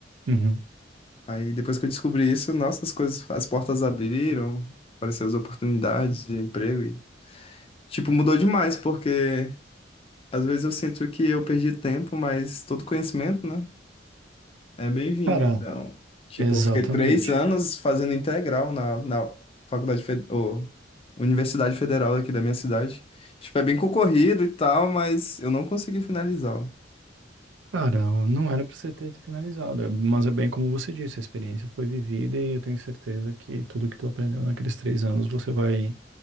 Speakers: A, on the right; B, on the left.
A: Uhum.
B: Aí depois que eu descobri isso, nossa, as coisas, as portas abriram, apareceram as oportunidades de emprego e, tipo, mudou demais, porque às vezes eu sinto que eu perdi tempo, mas todo conhecimento, né? É bem-vindo,
A: Cara,
B: então. Tipo,
A: exatamente.
B: eu fiquei três anos fazendo integral na, na faculdade, fe- ou Universidade Federal aqui da minha cidade. Tipo, é bem concorrido e tal, mas eu não consegui finalizá-lo.
A: Cara, eu- não era pra você ter finalizado, é- mas é bem como você disse, a experiência foi vivida e eu tenho certeza que tudo que tu aprendeu naqueles três anos você vai